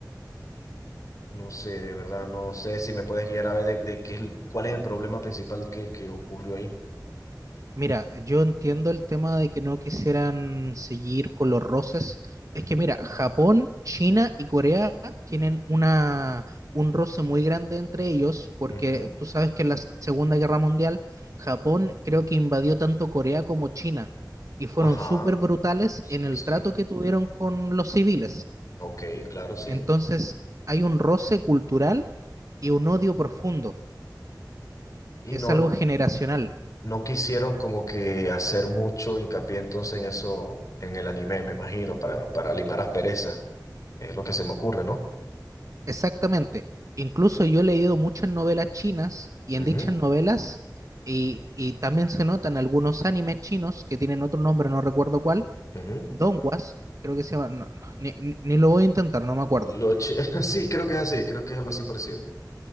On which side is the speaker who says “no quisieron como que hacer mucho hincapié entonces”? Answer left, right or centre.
Left